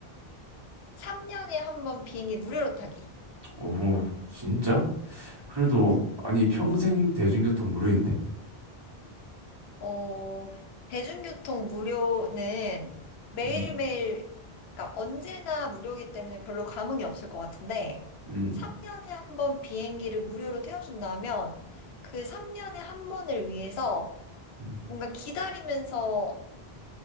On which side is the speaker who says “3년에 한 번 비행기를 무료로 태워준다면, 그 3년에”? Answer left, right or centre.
Left